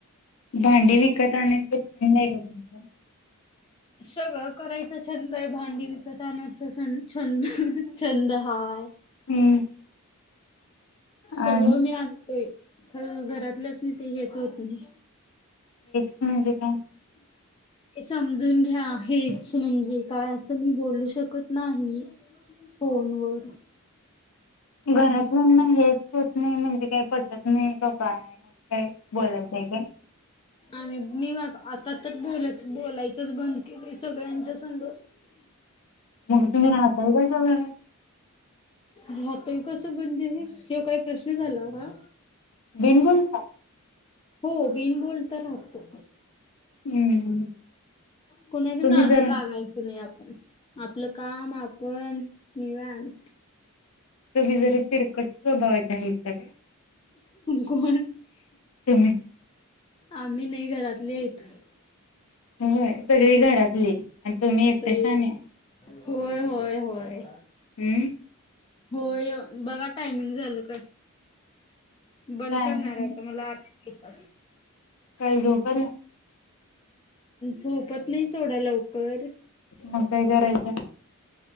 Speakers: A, on the left (about 70°); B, on the left (about 20°).
A: भांडे विकत आण आहे का तुमचं
B: सगळं करायचं छंद आहे भांडी विकत आणयच छंद छंद हा आहे
A: हम्म
B: सगळं
A: आणि
B: मी आणतोय खरं घरातलंच नाही ते हेच होत नाही
A: म्हज का
B: समजून घ्या हेच म्हणजे काय असं मी बोलू शकत नाही फोन वर
A: घरातल्याना हेच होत नाही म्हणजे काही पटत नाही काय असं काय बोलायचं आहे काय
B: आम्ही मी आता तर बोलत बोलायचंच बंद केलंय सगळ्यांच्या संघ
A: मग तुम्ही राहताय कशा घरात
B: राहतोय कसं म्हणजे किववा काही प्रश्न झाला का
A: बिनकुल का
B: हो बिनबोल तर राहतो
A: हम्म
B: कोुणाच्या
A: तुम्ही
B: नाद
A: जरा
B: लागायचं नाही आपण आपलं काम आपण निव्यान
A: तुम्ही जरी तिरकट स्वभावाच्या आहे सगळे
B: कोण
A: म
B: आम्ही नाही घरातली आहेतथ
A: होय सगळी घरातली आणि तुमही एकटश
B: सगळी
A: आण या
B: होय होय होय
A: हम्म
B: हो बघा टायमिंग झालं बंद
A: टायमिंग
B: करणार होता मलाेतात
A: कल झोबर ना
B: झोपत नाही सोडा लवकर
A: मग काय करायचं?